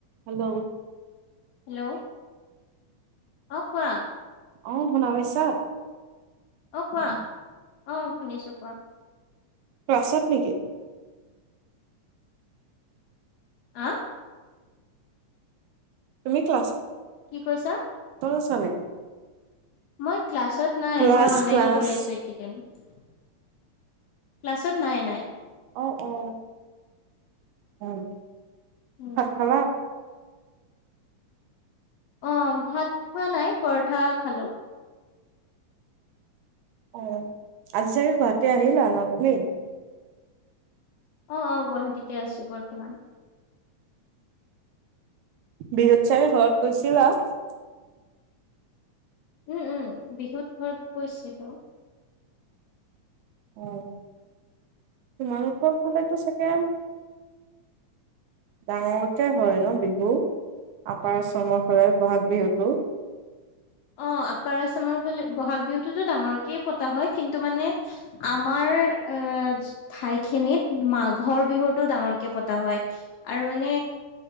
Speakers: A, on the right (about 80°); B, on the left (about 75°).
A: Hello.
B: Hello অঁ কোৱা?
A: আঁহ শুনা পাইছা?
B: অঁ কোৱা?
A: অ
B: অঁ শুনিছো কোৱা?
A: ক্লাছত নেকি?
B: আঁহ?
A: তুমি ক্লাছত?
B: কি' কৈছা?
A: আছা নেকি?
B: মই। ক্লাছত নাই
A: ক্লাছ
B: মই অনলাইন
A: ক্লাছ
B: কৰি আছো এইকেইদিন। <unintelligible> ক্লাছত নাই নাই।
A: অ অ হয়।
B: উম।
A: ভাত খালা
B: অ ভাত খোৱা নাই পৰঠা খালোঁ
A: অ আজি তালি গুৱাহাটী আহিলা ন তুমি <unintelligible>
B: অ অ গুৱাহাটীতে আছো বৰ্তমান
A: বৃহৎ চাৰে ঘৰত গৈছিলা <unintelligible>
B: উম উম বিহুত ঘৰত কৈছো হটো <unintelligible>
A: অ তোমালোকৰ ফালেতো চাগে ডাঙৰকে হয় ন বিহু আপাৰ আচামৰ ফালে বহাগ বিহুতটো
B: অ আপাৰ আচামৰ ফালে বহাগ বিহুতটোতো ডাঙৰকে পতা হয় কিন্তু তটো মানে আমাৰ <unintelligible> আ ঠাইখিনিত মাঘ <unintelligible> ঘৰ বিহুতো ডাঙৰকে প হয় আৰু মানে